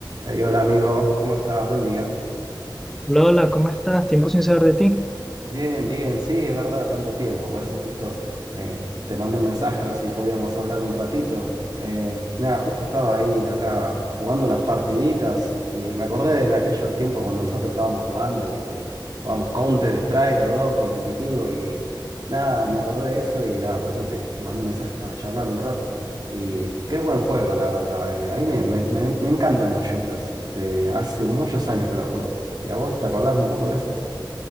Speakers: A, on the right; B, in the centre.
A: Ey, hola amigo, ¿cómo estás? Buen día.
B: Lola, ¿cómo estás? Tiempo sin saber de ti.
A: Bien, bien, sí, es verdad, tanto tiempo, por eso justo eh, te mandé un mensaje a ver si podíamos hablar un ratito. Eh, nada, justo estaba ahí acá jugando unas partiditas y me acordé de en aquellos tiempos cuando nosotros estábamos jugando, ¿viste? Jugábamos Counter Strike o dos, competitivo y nada, me acordé de eso y ah, por eso te, te mandé un mensaje para charlar un rato. Y qué buen juego, la verdad. eh, A mí me, me- me- me encantan los shooters, este, hace muchos años que los juego. ¿Y a vos te acordás un poco de esos?